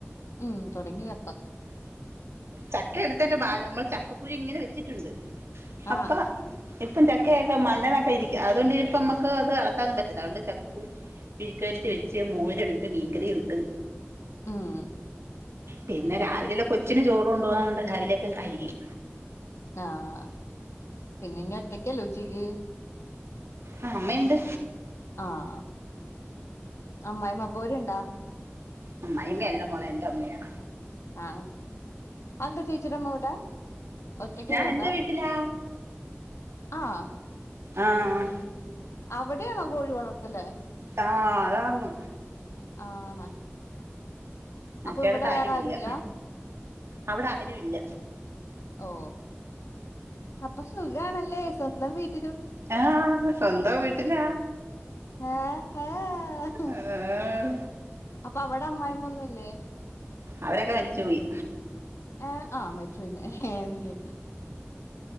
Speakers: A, on the left; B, on the right.
A: മ് തൊടങ്ങിയ
B: ചക്ക എട്തേന്റെ ബാലം ഞമ്മൾ ചക്കക്കുരി ഇങ്ങനെ വെച്ചിട്ടുണ്ട്
A: ആഹ്
B: അപ്പ എപ്പൊ ച ക്കാ ഒക്കൊക്കെ മണ്ടന്നൊക്കെ ഇരിക്ക അതുകൊണ്ട ഇപ്പം നമുക്ക് അത് അടളത്താനും പറ്റില്ല അതൊണ്ട് ചക്കുരു മെഴുക്കുവാരാട്ടി വെച്ച് മോരുണ്ട് മീൻകറിണ്ട്
A: ഉം
B: പിന്നെ രാവിലെല്ല കൊച്ചിന് ചോറ് കൊണ്ട്പോക കൊണ്ട് രാവിലേക്കെ കഴിയും
A: ആഹ് പിന്നെ ഇനി ഒറ്റക്കല്ലോ ഉച്ചിക്ക്
B: ആ അമ്മ ഇണ്ട്
A: ആഹ് അമ്മായിമ്മാ പോരിണ്ട
B: ഉ അമ്മായിമ്മ അല്ല മോളെ എന്റെ അമ്മയാ
A: അ അയെന്ത ചേച്ചിടെ അമ്മവിടെ ഒറ്റക്ക്
B: ഞാൻ
A: ആയതു കൊണ്ട്
B: എന്റെ വീട്ടിലാ
A: ആഹ്
B: ആഹ്
A: അവിടെയാണോ കോഴി വളർത്തലേ
B: ആഹ അതാണ്
A: ആണ്
B: മറ്റേടുത്ത്
A: അപ്പൊ ഇവിടെ
B: ആരും
A: വേറെ ആരുല്ല
B: ഇല്ല അവിടെ ആരുല്ല
A: ഓ അപ്പൊ സുഖാണല്ലേ സ്വന്തം വീട്ട്
B: ആഹ് സ്വന്തം വീട്ടിലാ
A: ഏഹ്
B: ആ
A: അപ്പൊ അവിടെ അമ്മായി അമ്മ ഒന്നുല്ലേ
B: അവരൊക്കെ മരിച്ചു പോയി
A: ഏ ആ മരിച്ച് പോയിന്ന് ഏ ഏന്ന്